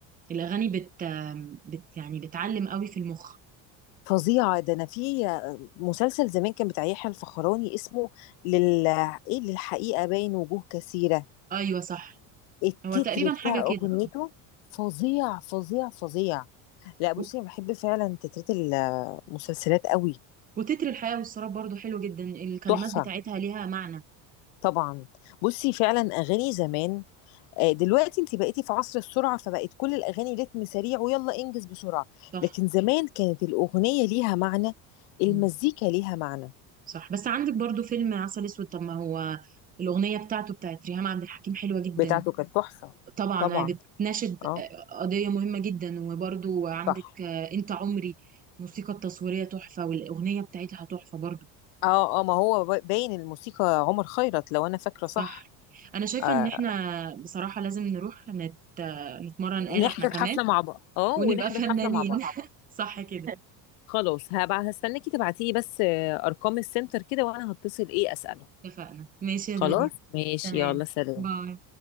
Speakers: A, on the right; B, on the left.
A: الأغاني بت, بت يعني بتعلم قوي في المخ
B: فظيعه ده انا في مسلسل زمان كان بتاع يحيى الفخراني اسمه لل ايه للحقيقه باين وجوه كثيره
A: ايوه صح
B: التتر
A: هو تقريبا
B: بتاع
A: حاجه
B: اغنيته
A: كده
B: فظيع فظيع فظيع لا بصي
A: و-
B: انا بحب فعلا تترات المسلسلات قوي
A: وتتر الحياه والسراب برضو حلو جدا الكلمات
B: تحفه
A: بتاعتها ليها معنى
B: طبعا بصي فعلا اغاني زمان آه، دلوقتي انت بقيتي في عصر السرعة فبقت كل الأغاني رتم سريع ويلا انجز بسرعة
A: صح
B: لكن زمان كانت الأغنية ليها معنى المزيكا
A: مم.
B: ليها معنى
A: صح بس عندك برضو فيلم عسل اسود طب ما هو الاغنيه بتاعته بتاعت ريهام عبد الحكيم حلوه جدا
B: بتاعته كانت تحفة
A: طبعا
B: طبعا
A: بتناشد
B: اه
A: آه، قضيه مهمه جدا وبرضو عندك
B: صح
A: آه، انت عمري الموسيقى التصويريه تحفه والاغنيه بتاعتها تحفه برضو
B: اه اه ما هو ب- باين الموسيقى عمر خيرت لو أنا فاكرة
A: صح
B: صح
A: انا شايفه
B: آه
A: ان احنا بصراحه لازم نروح نت... آه، نتمرن آلة
B: نحضر
A: احنا كمان
B: حفلة مع بعض اه
A: ونبقى
B: ونحضر
A: فنانين
B: حفلة مع بعض
A: <laughs> صح كده
B: خلاص هبقى هستناكي تبعتيلي بس آه، أرقام السنتر كده وأنا هتصل ايه أسأله
A: اتفقنا ماشي يا
B: خلاص
A: دنيا
B: ماشي
A: تمام
B: يلا سلام
A: باي